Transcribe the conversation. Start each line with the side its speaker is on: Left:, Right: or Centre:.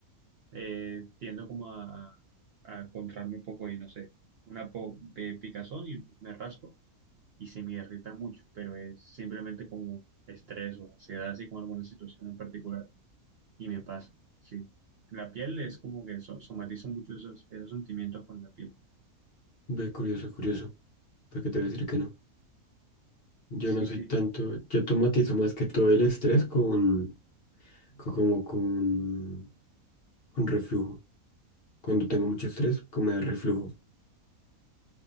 Right: eh, tiendo como a, a, a contraerme un poco y no sé, una po- eh, picazón y entonces me rasco y se me irrita mucho, pero es simplemente como estrés o ansiedad, así con alguna situación en particular, y me pasa, sí. La piel es como que so- somatizo mucho esos, esos sentimientos con la piel.
Left: Ve, curioso, curioso. Porque te voy a decir que no. Yo
Right: Sí,
Left: no soy
Right: sí.
Left: tanto, yo tomatizo más que todo el estrés con, co- como con, con reflujo. Cuando tengo
Right: Oh,
Left: mucho estrés, como me da reflujo.